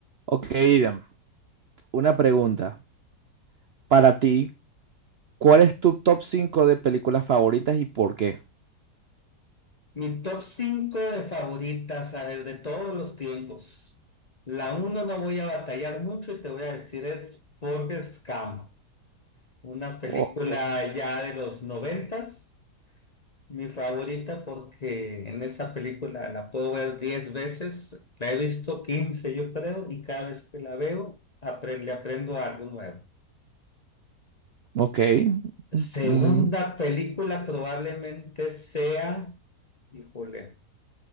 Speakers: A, on the right (about 60°); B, on the left (about 35°).
A: Ok, Iriam, una pregunta. Para ti, ¿cuál es tu top 5 de películas favoritas y por qué?
B: Mi top 5 de favoritas, a ver, de todos los tiempos. La uno no voy a batallar mucho y te voy a decir es Forrest Gump, una película
A: Ok.
B: ya de los noventas. Mi favorita porque en esa película la puedo ver 10 veces, la he visto 15 yo creo y cada vez que la veo apre- le aprendo algo nuevo.
A: Ok.
B: Segunda
A: Mm,
B: película probablemente sea, híjole.